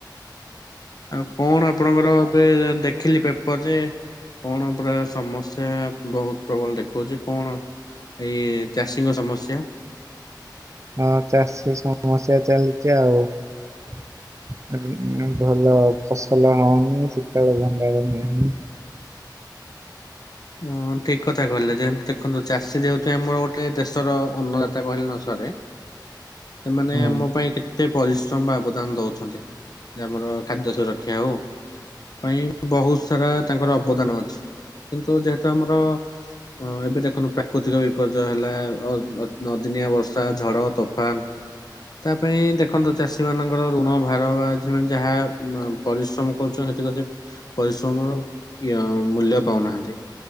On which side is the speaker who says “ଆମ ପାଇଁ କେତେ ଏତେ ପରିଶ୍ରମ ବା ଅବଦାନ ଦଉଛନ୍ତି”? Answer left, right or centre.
Left